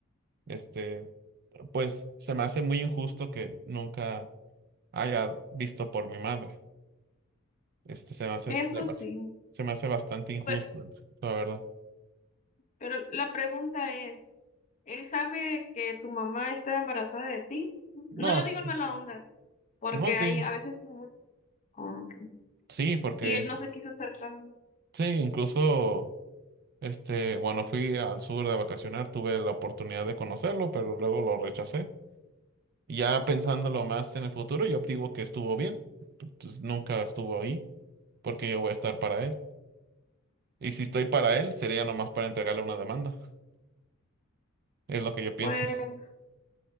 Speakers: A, on the right; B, on the left.
A: Este, pues se me hace muy injusto que nunca haya visto por mi madre. Este, se me hace,
B: Eso
A: demasi-
B: sí.
A: se me hace bastante injusto,
B: Pe-
A: la verdad.
B: Pero, la pregunta es, ¿él sabe que tu mamá está embarazada de ti?
A: No,
B: No lo
A: s-
B: digo en mala onda, porque
A: no, sí,
B: hay a veces... mu- Oh, ok.
A: sí, porque
B: Y él no se quiso hacer cargo.
A: sí, incluso, este, cuando fui al sur de vacacionar, tuve la oportunidad de conocerlo, pero luego lo rechacé. Y ya pensándolo más en el futuro, yo digo que estuvo bien. Pues, nunca estuvo ahí, porque yo voy a estar para él. Y si estoy para él, sería nomás para entregarle una demanda. Es lo que yo pienso.
B: Pues